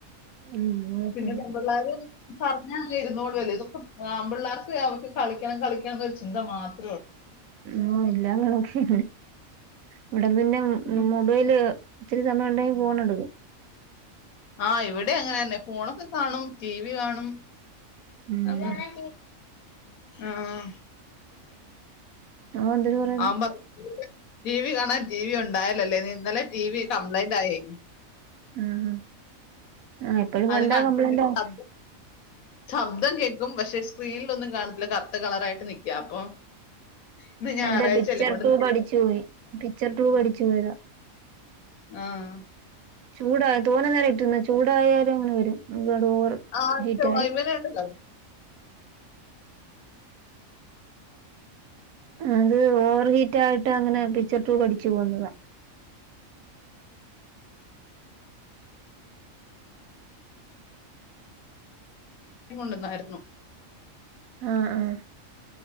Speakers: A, on the right (about 85°); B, on the left (about 85°).
A: ഉം കുഴപ്പമില്ല
B: പിന്നെ പെമ്പിള്ളാര് പാ ഇരുന്നോടുല്ലേ ഇതൊക്ക ആമ്പിള്ളേർക്ക് അവർക്ക് കളിക്കണം കളിക്കണം ഒരു ചിന്ത മാത്രം
A: ഓ ഇല്ലങ്ങളോക്കി ഇവിടെ പിന്നെ
B: ഉം.
A: മൊബൈല് ഒത്തിരി സമയം ഉണ്ടെങ്കിൽ ഫോൺ എടുക്കും
B: ആഹ് ഇവിടെം അങ്ങനെ തന്നെ ഫോണൊക്കെ കാണും ടി വി കാണും
A: ഉം
B: ആഹ് ആഹ്
A: അവന്തര് പറയണ്
B: ആവുമ്പോ ടി വി കാണാൻ ടി വി ഉണ്ടായ ല്ലേ ഇന്നലെ ടി വി കംപ്ലയിന്റ് ആയേ ഉം
A: ആഹ് ആഹ് ഇപ്പഴും
B: അത്
A: കണ്ടാ
B: കണ്ടോണ്ടിരിക്കും
A: കംപ്ലൈന്റാവും
B: ശബ്- ശബ്ദം കേൾക്കും പക്ഷെ സ്ക്രീനിലൊന്നും കാണത്തില്ല കറുത്ത കളറായിട്ട് നിക്കാ അപ്പൊ ഇന്ന് ഞായറാഴ്ച
A: അതിന്റെ പിക്ചർ
B: അല്ലേ കൊണ്ട്
A: ട്യൂബ് അടിച്ചു പോയി പിക്ചർ ട്യൂബ് അടിച്ചു പോയതാ
B: ആഹ്
A: ചൂടാ തോനെ നേരം ഇട്ടിരുന്നാ? ചൂടായാലും അങ്ങനെ വരും ഒരുപാട് ഓവർ
B: ആഹ്
A: ഹീറ്റായി
B: ചോയ്മല് ഉണ്ടല്ലോ
A: അത് ഓവർ ഹീറ്റ് ആയിട്ട് അങ്ങനെ പിക്ചർ ട്യൂബ് അടിച്ചു പോകുന്നതാ
B: കൊണ്ട്ന്നാരുന്നു
A: ആഹ് ആഹ്